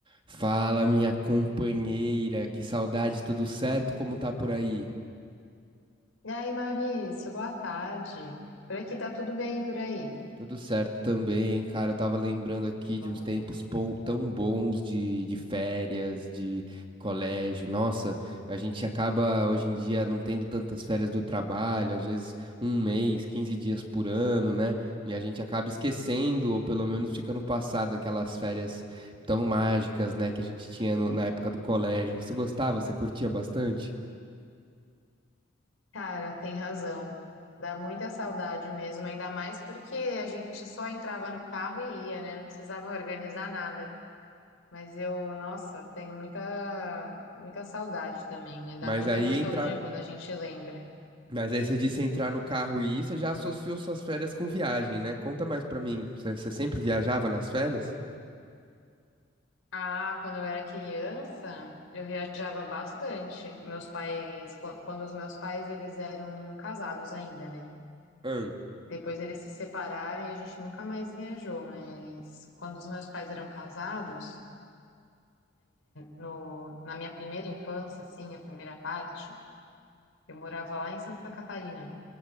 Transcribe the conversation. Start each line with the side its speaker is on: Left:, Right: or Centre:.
Right: Fala, minha companheira, que saudade, tudo certo? Como tá por aí?
Left: E aí, Maurício, boa tarde. Por aqui tá tudo bem, e por aí.
Right: Tudo certo também, cara. Eu tava lembrando aqui de
Left: Bom,
Right: uns tempos pon- tão bons de, de férias, de colégio. Nossa, a gente acaba hoje em dia não tendo tantas férias do trabalho, às vezes um mês, 15 dias por ano, né? E a gente acaba esquecendo, ou pelo menos fica no passado, aquelas férias tão mágicas, né, que a gente tinha no- na época do colégio. Você gostava? Você curtia bastante?
Left: Cara, tem razão. Dá muita saudade mesmo, ainda mais porque a gente só entrava no carro e ia, né? Não precisava organizar nada. Mas eu, nossa, tenho muita, muita saudade também, né? Dá
Right: Mas
Left: muita
Right: aí
Left: nostalgia
Right: entra.
Left: quando a gente lembra.
Right: Mas aí você disse entrar no carro e ir, você já associou suas férias com viagem, né? Conta mais pra mim. Você você sempre viajava nas férias?
Left: Ah, quando eu era criança, eu viajava bastante. Meus pais, quan- quando os meus pais, eles eram casados ainda, né?
Right: Hum.
Left: Depois eles se separaram e a gente nunca mais viajou, mas quando os meus pais eram casados, no- na minha primeira infância, assim, a primeira parte, eu morava lá em Santa Catarina,